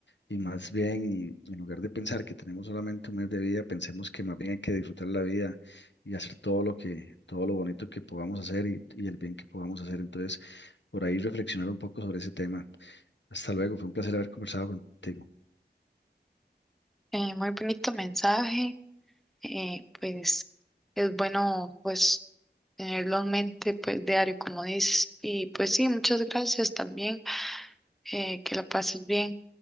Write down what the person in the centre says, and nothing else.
Eh, muy bonito mensaje, eh, pues es bueno pues tenerlo en mente pues diario, como dices. Y pues sí, muchas gracias también, eh, que la pases bien.